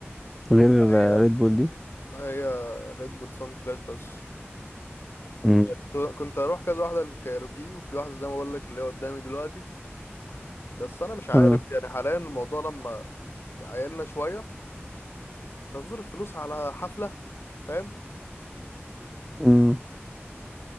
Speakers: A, in the centre; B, on the left.
A: غير
B: لا هي
A: ريد بول دي؟
B: ما هي ريد بول سون كلاش بس
A: مم.
B: كنت كنت اروح كذا واحده للكايروكي وفي واحده زي ما بقول لك اللي هي قدامي دلوقتي بس انا مش عارف
A: اه
B: يعني حاليا الموضوع لما عيلنا شويه انت هتصرف فلوس على حفله فاهم
A: امم